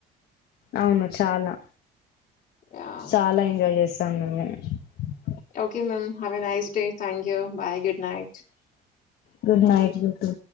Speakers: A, on the left (about 70°); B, on the left (about 50°).
A: అవును చాలా
B: యాహ్!
A: చాలా ఎంజాయ్ చేస్ <unintelligible>
B: okay ma'am have a nice day thank you bye good night
A: good night you two